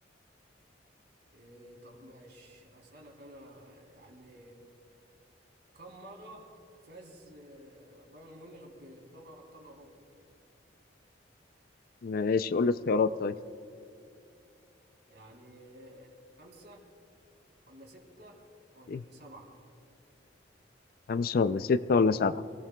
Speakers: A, on the right; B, on the left.
A: إيه طب ماشي أسألك أنا يعني كم مرة فاز آه، بايرن ميونخ ب- بدوري أبطال أوروبا؟
B: ماشي قول لي اختيارات طيب
A: يعني آه، خمسة ولا ستة ولا
B: إيه؟
A: سبعة؟
B: خمسة ولا ستة ولا سبعة